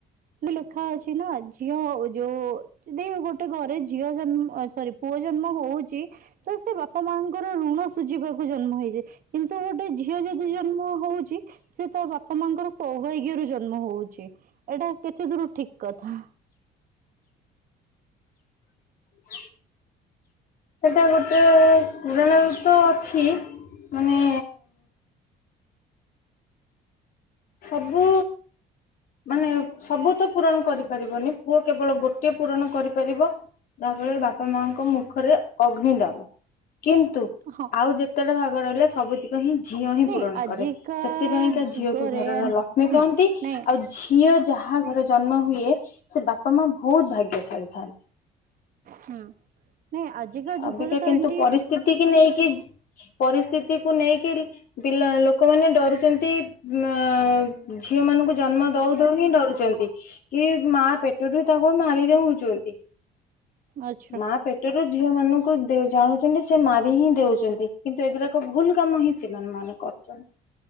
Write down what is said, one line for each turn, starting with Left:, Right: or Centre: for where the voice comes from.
Right: ଲେଖା ଅଛି ନା ଝିଅ ଯୋଉ ଯଦି ଗୋଟେ ଘରେ ଝିଅ ଜନ୍ମ ସରି ପୁଅ ଜନ୍ମ ହଉଛି ତ ସେ ବାପା ମାଙ୍କର ଋଣ ସୁୁଝିବାକୁ ଜନ୍ମ ହେଇଛି କିନ୍ତୁ ଗୋଟେ ଝିଅ ଯଦି ଜନ୍ମ ହଉଛି ସେ ତା ବାପା ମାଙ୍କର ସୌଭାଗ୍ୟରୁ ଜନ୍ମ ହଉଛି। ଏଇଟା କେତେ ଦୂର ଠିକ କଥା?
Left: <inaudible> ସେଟା ଗୋଟେ ପୁରାଣରେ ତ ଅଛି ମାନେ ସବୁ ମାନେ ସବୁ ତ ପୂରଣ କରିପାରିବନି ପୁଅ କେବଳ ଗୋଟେ ପୂରଣ କରିପାରିବ ଯାହା ଫରେ ବାପା ମାଙ୍କ ମୁଖରେ ଅଗ୍ନି ଦବ। କିନ୍ତୁ
Right: ହଁ
Left: ଆଉ ଯେତେଟା ଭାଗ ରହିଲା ସବୁତିକ ହିଁ ଝିଅ ହିଁ
Right: ନାଇଁ
Left: ପୂରଣ
Right: ଆଜିକା
Left: କରେ ସେଥିପାଇଁକା
Right: ଯୁଗରେ
Left: ଝିଅକୁ ଘରର
Right: ହୁଁ
Left: ଲକ୍ଷ୍ମୀ କହନ୍ତି
Right: ନାଇଁ
Left: ଆଉ ଝିଅ ଯାହା ଘରେ ଜନ୍ମ ହୁଏ ସେ ବାପା ମା ବହୁତ ଭାଗ୍ୟଶାଳୀ। ଥାନ୍ତି।
Right: ହୁଁ। ନାଇଁ ଆଜିିକା
Left: ଅବିକା
Right: ଯୁଗର ତ
Left: କିନ୍ତୁ
Right: ଏଣ୍ଟି
Left: ପରିସ୍ଥିତି ନେଇକି କି ପରିସ୍ଥିତିକୁ ନେଇକି ପିଲା ଲୋକମାନେ ଡରୁଛନ୍ତି ଅ ଝିଅ ମାନଙ୍କୁ ଜନ୍ମ ଦଉ ଦଉ ହିଁ ଡରୁଛନ୍ତି। କି ମା ପେଟରୁ ତାକୁ ମାରିଦଉଛନ୍ତି।
Right: ଆଚ୍ଛା
Left: ମା ପେଟରୁ ଝିଅ ମାନଙ୍କୁ ଜାଣୁଛନ୍ତି। ସେ ମାରି ହିଁ ଦେଉଛନ୍ତି। କିନ୍ତୁ ଏଗୁଡାକ ଭୁଲ କାମ ହିଁ ସେମାନେ ମାନେ କରୁଛନ୍ତି।